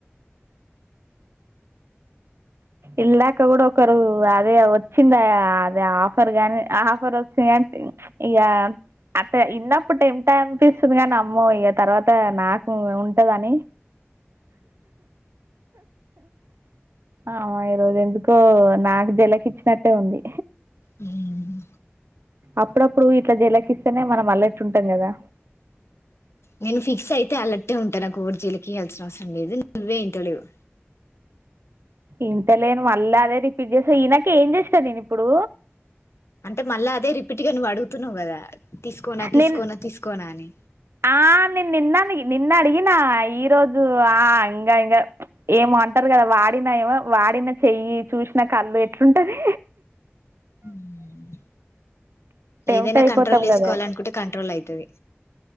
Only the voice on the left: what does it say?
మ్మ్
నేను ఫిక్స్ అయితే ఆల్ అట్టే ఉంటారు ఆ కుర్జీలాకి రావాల్సిన అవసరం లేదు నువ్వే వింట లేవు
అంటే మళ్ళా అదే రిపీట్ గా నువ్వు అడుగుతున్నావు కదా తీసుకోనా తీసుకోనా
తీసుకోనా అని
ఉమ్
ఏదైనా
కంట్రోల్ చేసుకోవాల
అనుకుంటే కంట్రోల్ ఐతది